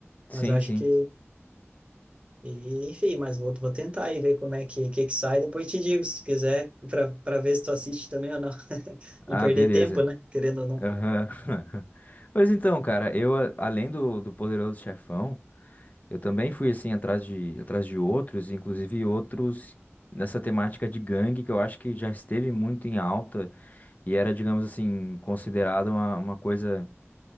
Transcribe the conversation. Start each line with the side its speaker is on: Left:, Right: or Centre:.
Left: Sim,
Right: mas acho
Left: sim.
Right: que e, enfim, mas vou, vou tentar e ver como é que, que, que sai. Depois te digo, se quiser, para para ver se tu assiste também ou não. <laughs> Não
Left: Ah,
Right: perder
Left: beleza.
Right: tempo, né? Querendo ou não.
Left: Aham. <laughs> Pois então, cara, eu, a- além do, do Poderoso Chefão, eu também fui, assim, atrás de, atrás de outros, inclusive outros nessa temática de gangue, que eu acho que já esteve muito em alta e era, digamos assim, considerada uma, uma coisa.